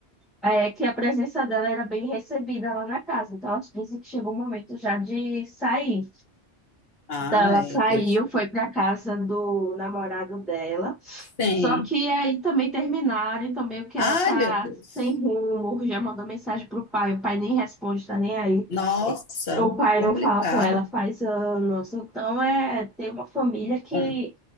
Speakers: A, in the centre; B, on the left.
A: É que a presença dela era bem recebida lá na casa. Então, elas dizem que chegou o momento já de sair.
B: Ai,
A: Então, ela saiu,
B: deixa-
A: foi para casa do namorado dela.
B: sim.
A: Só que aí também terminaram, então meio que
B: Ai,
A: ela tá
B: meu Deus.
A: sem rumo, já mandou mensagem pro pai, o pai nem responde, tá nem aí.
B: Nossa,
A: O pai
B: complicado.
A: não fala com ela faz anos. Então, é, tem uma família que,
B: Com,